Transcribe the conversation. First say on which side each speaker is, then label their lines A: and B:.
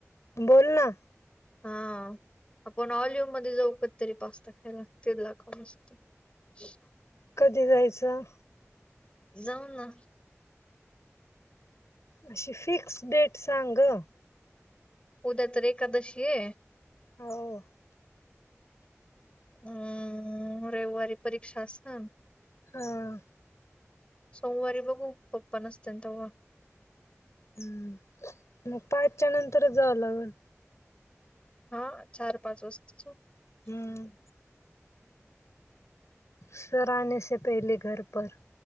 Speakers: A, on the left; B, on the left.
A: बोल ना.
B: हा आपण ऑल्यव मध्ये जाऊ काधतरी पास्ता खायला लागते ला का मस्त. ह <inaudible>
A: कधी जायचं.
B: जाऊ ना.
A: अशी फिक्स् डेट सांग ग.
B: उद्या तर एकादशी ये.
A: हाव.
B: हम्म रविवारी परीक्षा असल
A: हम्म.
B: सोमवारी बघू पप्पा नसतील तेव्हा
A: हम्म मग पाचच्या नंतरच जावं लागल.
B: हा चार पाच वाजताच
A: हम्म. सर आनेसे पहिले घर पर